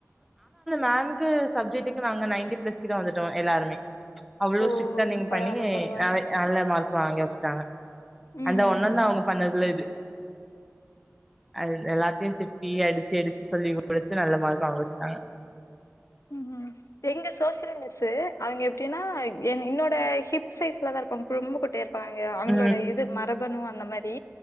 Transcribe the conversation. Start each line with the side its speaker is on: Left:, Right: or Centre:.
Centre: நான் சப்ஜெக்டுக்கு நாங்க நைன்டி பிளஸ் கிட்ட வந்துட்டோம் எல்லாருமே அவ்ளோ
Left: ஓ
Centre: ஸ்ட்ரிக்டா நீங்க
Left: பரவால்ல
Centre: பண்ணிங்க
Left: பரவால்ல
Centre: அவ்ளோ மார்க் வாங்கி வச்சிட்டாங்க
Left: ம்
Centre: அந்த ஒண்ணு தான் அவங்க பண்ணதுல இது அ எல்லாத்தையும் திட்டி அடிச்சு எடுத்து சொல்லி கொடுத்து நல்ல மார்க் வாங்க வச்சிட்டாங்க
Left: ஹம்ம் எங்க சோசில் மிஸ்ஸுக்கு அவங்க எப்படின்னா என் என்னோட ஹிப் சைஸ்லதான் இருப்பாங்க ரொம்ப குட்டயா இருப்பாங்க இருப்பாங்க அவங்களோட
Centre: ம்
Left: இது மரபணுவ அந்த மாதிரி